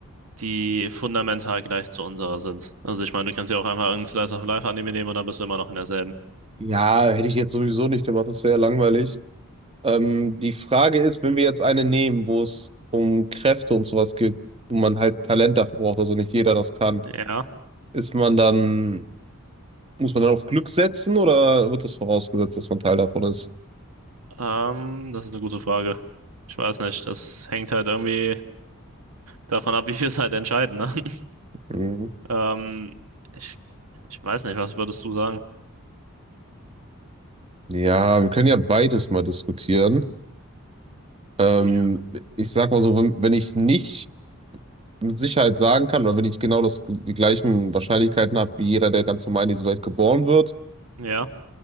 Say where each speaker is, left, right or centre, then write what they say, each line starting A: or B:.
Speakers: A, on the right (about 85°); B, on the right (about 25°).
A: die fundamental gleich zu unserer sind. Also ich meine, du kannst ja auch einfach irgendeinen Slice of Life-Anime nehmen und dann bist du immer noch in derselben.
B: Ja, hätte ich jetzt sowieso nicht gemacht, das wäre langweilig. Ähm, die Frage ist, wenn wir jetzt eine nehmen, wo es um Kräfte und sowas geht und man halt Talent dafür braucht, also nicht jeder das kann,
A: Ja,
B: ist man dann, muss man dann auf Glück setzen oder wird das vorausgesetzt, dass man Teil davon ist?
A: ähm, das ist eine gute Frage. Ich weiß nicht, das hängt halt irgendwie davon ab, wie wir es halt entscheiden, ne? <laughs>
B: Mhm.
A: Ähm, ich, ich weiß nicht, was würdest du sagen?
B: Ja, wir können ja beides mal diskutieren. Ähm,
A: Ja.
B: ich sag mal so, wenn, wenn ich nicht mit Sicherheit sagen kann oder wenn ich genau das, die gleichen Wahrscheinlichkeiten habe wie jeder, der ganz normal in diese Welt geboren wird,
A: Ja,